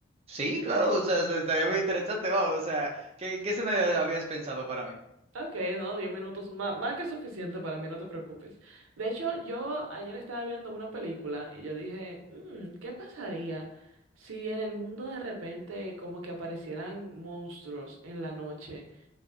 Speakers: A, on the right (about 30°); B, on the right (about 85°).
A: sí,
B: Ok,
A: claro, o sea, estaría muy interesante, vamos, o sea, ¿qué, qué escenario habías pensado para mí?
B: Ok, no, 10 minutos, má- más, que suficiente para mí, no te preocupes. De hecho, yo ayer estaba viendo una película y yo dije, "Mm, ¿qué pasaría si en el mundo de repente como que aparecieran monstruos en la noche